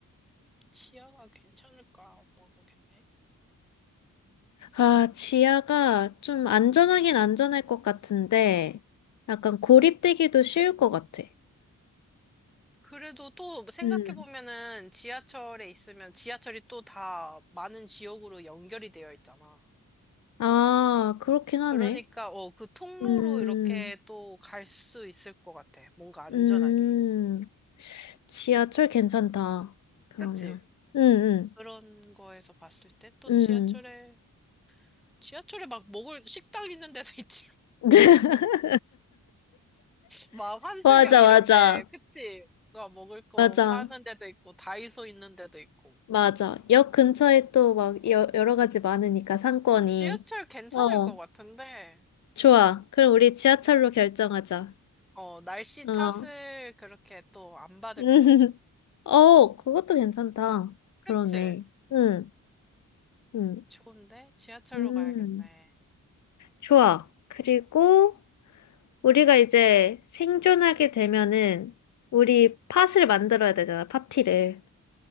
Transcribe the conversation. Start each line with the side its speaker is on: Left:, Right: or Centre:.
Centre: 지하가 괜찮을까 모르겠네.
Left: 아, 지하가 좀 안전하긴 안전할 것 같은데, 약간 고립되기도 쉬울 것 같아.
Centre: 그래도 또 생각해보면은
Left: 음.
Centre: 지하철에 있으면 지하철이 또 다 많은 지역으로 연결이 되어 있잖아.
Left: 아, 그렇긴 하네.
Centre: 그러니까, 어, 그 통로로
Left: 음,
Centre: 이렇게 또 갈 수 있을 것 같아. 뭔가 안전하게.
Left: 음, 지하철 괜찮다. 그러면.
Centre: 그치?
Left: 응,
Centre: 그런 거에서 봤을 때 또
Left: 응,
Centre: 지하철에,
Left: 응.
Centre: 지하철에 막 먹을, 식당 있는 데도 <laughs> 있지.
Left: <laughs>
Centre: 막 환승역
Left: 맞아,
Centre: 이런데,
Left: 맞아.
Centre: 그치? 뭔가 먹을 거
Left: 맞아.
Centre: 파는 데도 있고, 다이소 있는 데도 있고.
Left: 맞아. 역 근처에 또 막 여러 가지 많으니까 상권이.
Centre: 어, 지하철 괜찮을
Left: 어,
Centre: 것 같은데,
Left: 좋아. 그럼 우리 지하철로 결정하자.
Centre: 어, 날씨
Left: 어.
Centre: 탓을 그렇게 또 안 받을
Left: <laughs>
Centre: 것 같아.
Left: 어, 그것도 괜찮다. 그러네.
Centre: 그치?
Left: 응, 응,
Centre: 좋은데? 지하철로
Left: 음,
Centre: 가야겠네.
Left: 좋아. 그리고 우리가 이제 생존하게 되면은 우리 팟을 만들어야 되잖아, 파티를.